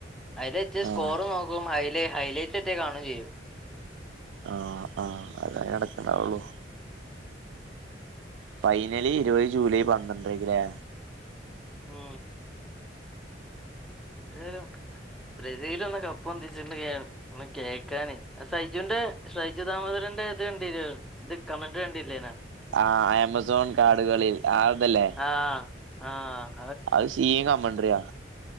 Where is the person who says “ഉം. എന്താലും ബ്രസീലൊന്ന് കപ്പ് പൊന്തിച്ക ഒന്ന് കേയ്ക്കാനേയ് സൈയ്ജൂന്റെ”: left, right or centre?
Centre